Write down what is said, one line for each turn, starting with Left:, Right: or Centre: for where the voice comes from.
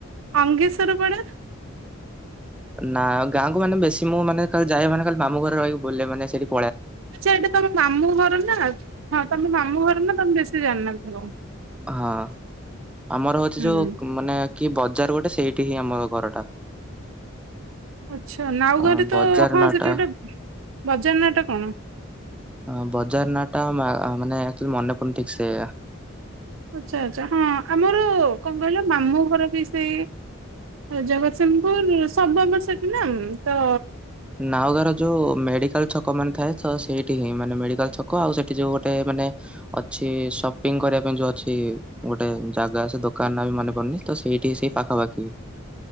Right: ଅଙ୍ଗେଶରପଡା?
Centre: ନାଁ ଗାଆଁକୁ ମାନେ ବେଶୀ ମୁଁ ମାନେ ଯାଏ ଖାଲି ମାମୁଁ ଘରେ ରହିକି ବୁଲେ ମାନେ ସେଇଠି
Right: ଆଚ୍ଛା ଏଇଟା ତମ ମାମୁଁ ଘର ନା ହଁ ତମ ମାମୁଁ ଘର ନା ତମେ ବେଶୀ ଜାଣିନଥିବ।
Centre: ହଁ। ଆମର ଅଛି
Right: ହୁଁ।
Centre: ଯୋଉକ୍ ମାନେ କି ବଜାର ଗୋଟେ ସେଇଠି ହିଁ ଆମ ଘରଟା।
Right: ଆଚ୍ଛା, ନାଉଗାଁରେ
Centre: ଅ ବଜାର
Right: ତ ହଁ
Centre: ନାଁଟା
Right: ସେଠି ଗୋଟେ ବଜାର ନାଁଟା କଣ?
Centre: ଆଁ ବଜାର ନାଁଟା ମା ମାନେ ଆକ୍ଚୁଆଲି ମନେ ପଡୁନି ଠିକସେ
Right: ଆଚ୍ଛା ଆଚ୍ଛା, ହଁ ଆମର କଣ କହିଲ ମାମୁଁ ଘର ବି ସେଇ ଜଗତସିଂହପୁର ସବୁ ଆମର ସେଠିନା ତ
Centre: ନାଉଗାଁ ର ଯୋଉ ମେଡି କାଲ୍ ଛକ ମାନେ ଥାଏ ତ ସେଇଠି ହିଁ ମାନେ ମେଡିକାଲ୍ ଛକ ଆଉ ସେଇଠି ଯୋଉ ଗୋଟେ ମାନେ ଅଛି ସପିଙ୍ଗ୍ କରିବା ପାଇଁ ଯୋଉ ଅଛି ଗୋଟେ ଜାଗା ସେ ଦୋ କାନ୍ ନା ମନେ ପଡୁନି ତ ସେଇଠି ସେଇ ପାଖାପାଖି।